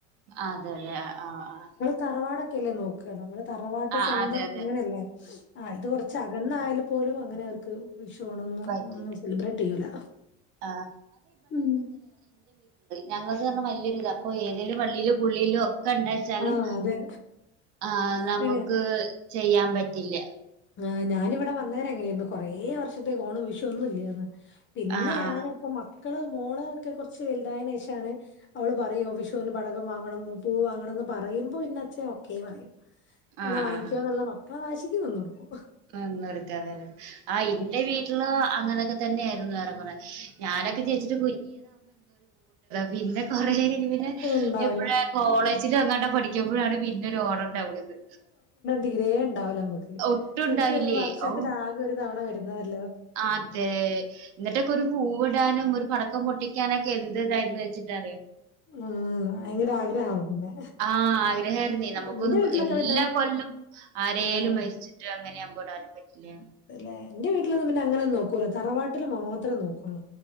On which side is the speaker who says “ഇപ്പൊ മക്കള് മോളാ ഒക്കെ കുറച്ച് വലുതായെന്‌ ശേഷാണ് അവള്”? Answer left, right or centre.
Left